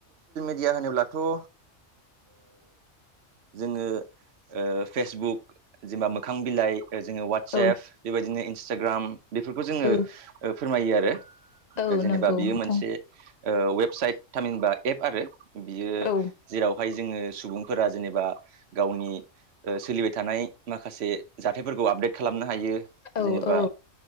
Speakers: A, on the right; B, on the left.
A: <unintelligible> होनोब्लाथ' ओ जोंङो ओ फेसबुक जेनेबा मोखां बिलाइ जोंङो वाटसएप
B: औ
A: बेबायदिनो इन्सटाग्राम बेफोरखौ जोंङो
B: औ
A: फोरमायो आरो।
B: औ
A: जेनेबा
B: नंगौ
A: बियो
B: नोंथां
A: मोनसे ओ वेबसाइट थामिहिनबा एप आरो बियो
B: औ
A: जेरावहाय जोंङो सुबुं फोरा जेनेबा गावनि सोलिबाय थानाय माखासे जाथायफोरखौ आपडेट खालामनो हायो।
B: औ
A: जेनेबा
B: औ